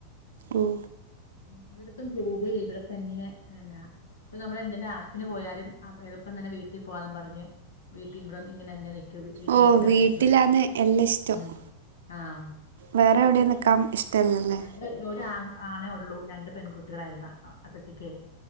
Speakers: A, on the right; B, on the left.
A: ഓഹ്
B: <unintelligible> ട്ത്തും പോകയില്ല ഇവടെത്തന്നെ എനാ ഇപ്പ നമ്മളെ ന്തേലും ആശത്തിന് പോയാലും അപ്പ എളുപ്പം തന്നെ വീട്ടിൽ പോവാന്ന് പർഞ്ഞ് വീട്ടീ ഇവടന്ന് ഇങ്ങനന്നെ നി ക്കും വീ വീട്ടിലേക്കെന്നെ
A: ഓ വീട്ടിലാണ്
B: വരുവാര്ന്നു
A: എല്ലാം ഇഷ്ടം
B: ഉം ആഹ്
A: വേറെ എവടേം നിക്കാം ഇഷ്ട്ടല്ലല്ലേ
B: <unintelligible> ഒരാണെ ആണേ ഒള്ളൂ രണ്ട് പെൺകുട്ടികളായിര്ന്നു അപ്പച്ചിക്കേയ്